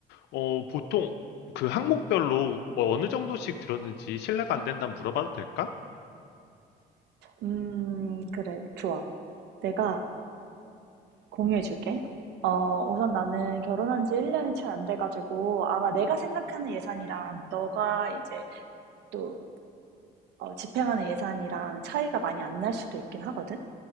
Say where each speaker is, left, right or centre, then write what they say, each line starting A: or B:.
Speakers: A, on the left; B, on the right.
A: 어 보통 그 항목별로 어, 어느 정도씩 들었는지 신뢰가 안 된다면 물어봐도 될까?
B: 음, 그래, 좋아. 내가 공유해 줄게. 어, 우선 나는 결혼한 지 1년이 채 안 돼가지고, 아마 내가 생각하는 예산이랑 너가 이제 또 어, 집행하는 예산이랑 차이가 많이 안 날 수도 있긴 하거든?